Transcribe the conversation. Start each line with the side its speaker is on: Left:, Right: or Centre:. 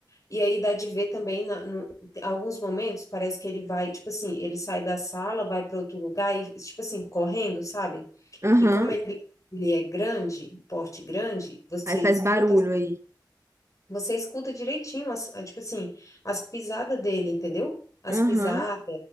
Left: E aí dá de ver também, na, no- tem alguns momentos, parece que ele vai, tipo assim, ele sai da sala, vai para outro lugar e, tipo assim, correndo, sabe?
Right: Aham.
Left: E como ele, ele é grande, porte grande, você
Right: Aí
Left: escuta
Right: faz barulho aí.
Left: você escuta direitinho, as, a- tipo assim, as pisadas dele, entendeu? As
Right: Aham.
Left: pisadas,